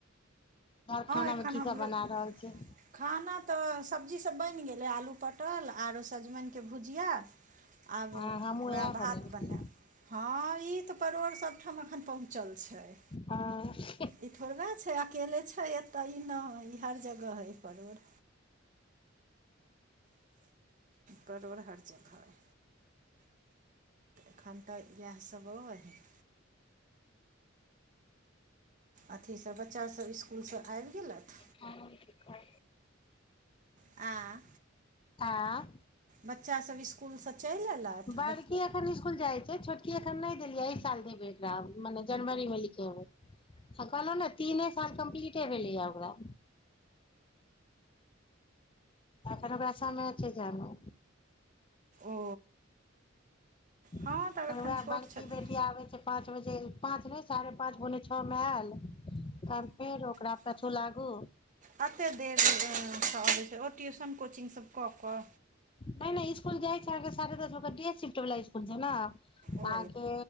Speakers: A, on the left; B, on the right.
A: आर खाना
B: एखन
A: मे की
B: हमरो
A: सब बना रहल छियै?
B: खाना तऽ सब्जीसभ बनि गेलै आलू पटल आरो सजमनि। के भुजिया आरो
A: हँ हमहुँ
B: ओएह
A: इएह
B: भात
A: बनेबै
B: बनाय हँ ई तऽ परोड़ सभठाम अखन पहुँ चल छैय
A: हँ
B: ई थोड़बे छैय अकेले छैय। छै एतैऽ नहि ई हर जगह हइ परवर। परोर हर जगह। अइ अखन तऽ इएहसभ रहत। अथी सब बच्चा सभ स्कूल से ऐबि गेलेथ?
A: हँ <unintelligible>
B: आय।
A: आँ
B: बच्चा सब स्कूल से चैल ऐला? अयलथि
A: बड़की एखन स्कूल खुल जाइ छै छोटकी एखन नहि देलिया एहि साल देबै एकरा मने जनवरी मे लिखेबै। हा कहलहु ने तीने साल कम्पलीटे भेलैए ओकरा। अखन ओकरा समय छै जेए में।
B: ओ हँ
A: एखन
B: तऽ आब
A: वएह
B: छोट
A: बरकी
B: छथिन
A: बेटी आबै छै‌। पाँच बजे पाँच नहि साढ़े पाँच पोने छअ मे ऐयल। तहन फेर ओकरा पछु लागू।
B: कते देर स आबै छै ओ ट्यूशन कोचिंग सब कऽक।
A: नै नै स्कुल जाइ छै अहाँके साढ़े दस ओकरा डे शिफ्ट बला स्कुल छै न।
B: ओ
A: अहाँके